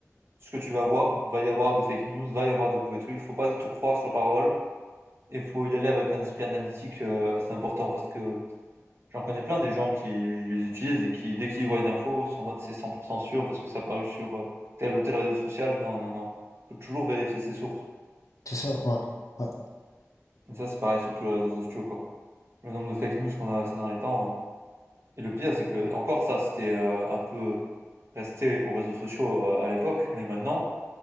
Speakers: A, on the right; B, on the left.
A: ce que tu vas voir, va y avoir des fake news, va y avoir des mauvais trucs, faut pas tout croire sur parole, et faut y aller avec un esprit analytique euh, assez important, parce que j'en connais plein des gens qui les utilisent et qui, dès qu'ils voient une info, sont en mode c'est 100% sûr parce que ça a paru sur euh, tel ou tel réseau social. Non, non, non. Faut toujours vérifier ses sources.
B: c'est ça ouais ouais
A: Et ça, c'est pareil sur tous les réseaux sociaux, quoi. Le nombre de fake news qu'on a ces derniers temps, euh, Et le pire, c'est que encore ça, c'était euh, un peu resté aux réseaux sociaux euh, à l'époque, mais maintenant,